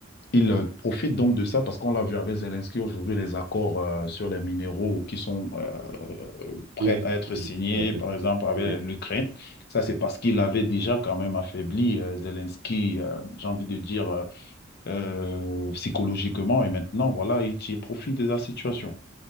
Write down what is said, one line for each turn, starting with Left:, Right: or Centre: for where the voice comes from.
Left: il euh, profite donc de ça parce qu'on l'a vu avec Zelensky aujourd'hui, les accords euh, sur les minéraux qui sont euh, prêts
Right: oui,
Left: à être
Right: oui,
Left: signés,
Right: tout à fait.
Left: par exemple avec
Right: Oui.
Left: l'Ukraine. Ça, c'est parce qu'il avait déjà quand même affaibli euh, Zelensky, euh, j'ai envie de dire, euh, euh, psychologiquement. Et maintenant, voilà, il tire profit de la situation.